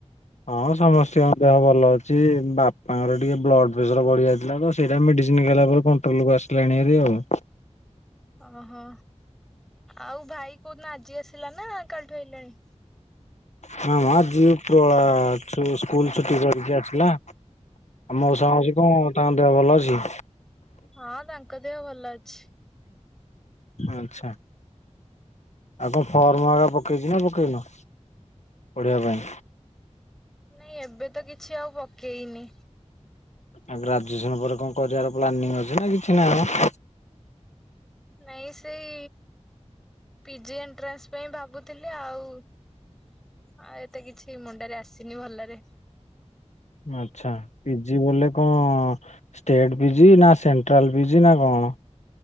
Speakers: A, on the left; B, in the centre.
A: ହଁ ସମସ୍ତଙ୍କ ଦେହ ଭଲ ଅଛି। ବାପାଙ୍କର ଟିକେ ବ୍ଲଡ ପ୍ରେସର ବଢି ଯାଇଥିଲା ତ। ସେଇଟା ମେଡିସିନ ଗଲା ପରେ କଣ୍ଟ୍ରଲ କୁ ଆସିଲାଣି ହରି ଆଉ।
B: ଓହୋ ଆଉ ଭାଇ କୋଉ ଦିନ ଆଜି ଆସିଲା ନା କାଲିଠୁ ଆସିଲାନି?
A: ହଁ ମ ଆଜି ଉପର ଓଳା ଛୁ ସ୍କୁଲ ଛୁଟି କରିକି ଆସିଲା। ଆଉ ମଉସା ମାଉସି କଣ ତାଙ୍କ ଦେହ ଭଲ ଅଛି?
B: ହଁ ତାଙ୍କ ଦେହ ଭଲ ଅଛି।
A: ଆଚ୍ଛା। ଆଉ କଣ ଫର୍ମ ହରିକା ପକେଇଚୁ ନା ପକେଇନ ପଢିବା ପାଇଁ?
B: ନାଇଁ ଏବେ ତ କିଛି ଆଉ ପକେଇନି।
A: ଆଉ ଗ୍ରାଜୁଏସନ ପରେ କଣ କରିବାର ପ୍ଲାନିଂ ଅଛି ନା କିଛି ନାହିଁ ମ?
B: ନାଇଁ ସେଇ ପିଜି ଏଣ୍ଟ୍ରାନ୍ସ ପାଇଁ ଭାବୁଥିଲି ଆଉ ଆଉ ଏତେ କିଛି ମୁଣ୍ଡରେ ଆସିନି ଭଲରେ।
A: ଆଚ୍ଛା ପିଜିି ବଲେ କଣ? ଷ୍ଟେଟ ପି ଜି ନା ସେଣ୍ଟ୍ରାଲ ପି ଜି ନା କଣ।